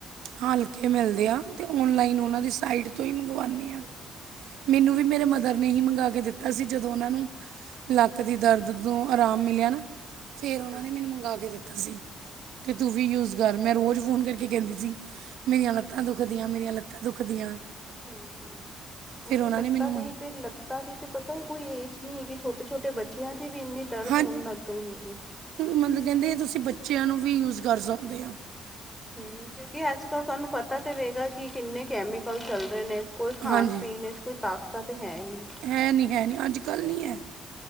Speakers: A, on the right; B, in the centre.
A: ਹਲਕੇ ਮਿਲਦੇ ਆ ਤੇ ਓਨਲਾਈਨ ਉਹਨਾਂ ਦੀ ਸਾਈਟ ਤੋਂ ਹੀ ਮੰਗਵਾਉਦੇ ਹ ਮੈਨੂੰ
B: ਅੱਛਾ।
A: ਵੀ ਮੇਰੇ ਮਦਰ ਨੇ ਹੀ ਮੰਗਾਵਾ ਕੇ ਦਿੱਤਾ ਸੀ ਜਦੋਂ ਉਹਨਾਂ ਨੂੰ ਲੱਕ ਦੀ
B: ਹੂੰ-ਹੂੰ,
A: ਦਰਦ ਤੋਂ ਆਰਾਮ ਮਿਲਿਆ ਨਾ ਫੇਿਰ ਉਹਨਾਂ
B: ਹਾਂਜੀ
A: ਨੇ ਮੈਨੂੰ ਮੰਗਾ ਕੇ ਦਿੱਤਾ ਸੀ ਅਤੇ ਤੂੰ ਵੀ ਯੂਜ ਕਰ ਮੈਂ ਰੋਜ਼ ਫ਼ੋਨ ਕਰਕੇ ਕਹਿੰਦੀ ਸੀ ਮੇਰੀਆਂ ਲੱਤਾਂ ਦੁੱਖਦੀਆਂ ਮੇਰੀਆਂ ਲੱਤਾਂ ਦੁਖਦੀਆਂ
B: ਹਮ ਹਮ
A: ਫਿਰ
B: ਰ
A: ਉਹਨਾਂ
B: ਲੱਤਾ
A: ਨੇ ਮੈਨੂੰ ਮੰਗ-
B: ਦੇ ਤੇ ਲ ਤਾ ਦੀ ਤੇ ਪਤਾ ਹੀ ਕੋਈ ਏਜ ਨਹੀਂੀ ਹੈਗੀ ਛੋਟੇ ਛੋਟੇ ਬੱਚਿਆਂ ਦੀ ਵੀ ਇੰਨੀ ਦਰਦ
A: ਹਾਂ
B: ਹੋਣ ਲੱਗ ਗਈ ਹੈਗੀ
A: ਮਤਲਬ ਕਹਿੰਦੇ ਤੁਸੀਂ ਬੱਚਿਆਂ ਨੂੰ ਵੀ ਯੂਜ ਕਰ ਸਕਦੇ ਹੋ।
B: ਹਮ ਕਿਉਂਕਿ ਅੱਜ ਕੱਲ੍ਹ ਤੁਹਾਨੂੰ, ਪਤਾ ਤਾਂ ਹੋਵੇਗਾ ਕਿ ਕਿੰਨੇ ਕੈਮੀਕਲ ਚੱਲ ਰਹੇ ਨੇ ਕੋਈ ਖਾਣ
A: ਹਾਂਜੀ
B: ਪੀਣ ਵਿੱਚ ਕੋਈ ਤਾਕਤਾਂ ਤਾਂ ਹੈ ਨਹੀਂ
A: ਹੈ ਨੀ ਹੈ ਨੀ ਅੱਜ ਕੱਲ ਨਹੀਂੀ ਹੈ